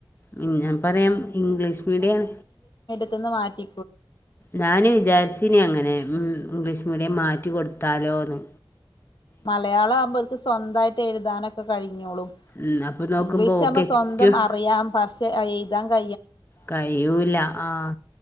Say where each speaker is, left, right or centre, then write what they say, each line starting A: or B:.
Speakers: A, on the left (about 25°); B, on the left (about 60°).
A: ഉം ഞാൻ പറയാം ഇംഗ്ലീഷ് മീഡിയം
B: ത്ത്ന്ന് മാറ്റി
A: ഞാന് വിചാരിച്ചിനി അങ്ങനെ ഉം ഇംഗ്ലീഷ് മീഡിയം മാറ്റി കൊടുത്താലോന്ന്
B: മലയാളാവുമ്പോൽക്ക് സ്വന്തായിട്ട് എഴ്താനൊക്കെ കഴിഞ്ഞോളും
A: ഉം, അപ്പോൾ നോക്കുമ്പോൾ
B: ഇംഗ്ലീഷാവുമ്പം
A: ഓക്ക് ഏറ്റവും
B: സ്വന്തം അറിയാം പക്ഷെ അ എഴ്താൻ ക
A: കഴിയൂല്ല ആഹ